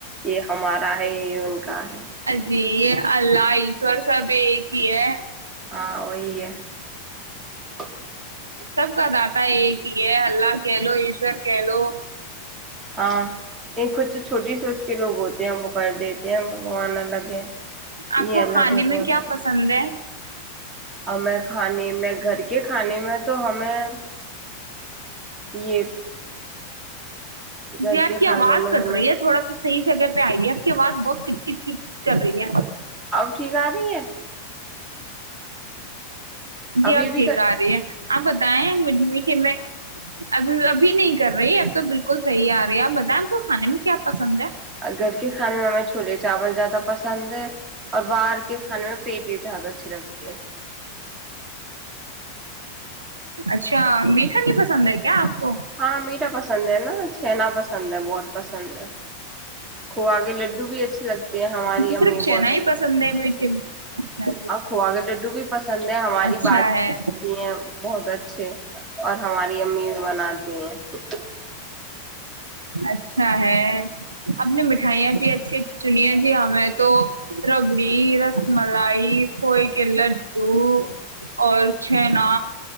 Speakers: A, on the right; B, on the right.
A: یہ ہمارا ہے یہی ان کا ہے
B: جی یہ اللہ اسس وورس بیکے
A: ہاں وہی <inaudible>
B: سب کاداتا ہے ایک ہی یہ اللہ کہہ لو ایشور گلو
A: ہاں یہ کچھ چھوٹی سوچ کے لوگ ہوتے ہیں وہ کر دیتے ہیں بگوان الگ ہے
B: آپ
A: یہ
B: کو
A: الگ
B: کھانے
A: ہے وہ
B: میں
A: الگ
B: کیا پسند ہے
A: ہمیں کھانے میں گھر کے کھانے میں تو ہمیں یہ گھر
B: ج آپ
A: کے
B: کی
A: کھانے
B: آواز
A: میں
B: کٹ
A: ہمیں
B: رہی ہے تھوڑا سا صحیح جگہ پہ آئی ہے آپ کی آواز بہت کٹ ک کٹ ک کر رہی ہے
A: اب ٹھیک آ رہی ہے
B: جی
A: ابھی
B: اب
A: بھی
B: ٹھیک آ رہی ہے آپ بتائیںڈ میٹھے میں ابھی ابھی نہیں کر رہی اب تو بالکل صحیح آ رہی ہے آپ بتائیں آ کو کھانے میں کیا پسند ہے
A: گھر کے کھانے میں ہمیں چھولے چاول زیادہ پسند ہے اور باہر کے کھانے میں پیٹ ہی زیادہ اچھی لگتی ہے
B: اچھا میٹھا نہیں پسند ہے کیا آپ کو
A: ہاں میٹھا پسند ہے نا چھینا پسند ہے بہت پسند ہے کھو کے لڈو بھی اچھے لگتے ہیں ہماری
B: اچھا
A: امی
B: صرف چنا
A: بہت
B: ہی پسند ہے میٹھے میں اچھا جی،
A: ہاں کوا کے لڈو بھی پسند ہے ہماری
B: اچھا
A: بات
B: ہے
A: ہیں بہت اچھے اور ہماری امی بھی بناتی ہیں اچ
B: اچھا ہے اپ نے مٹھائیاں بھی اچھی اچھی چنییا جی ہمیں تو ربڑی رس ملائی کوئے کے لڈو اور چنا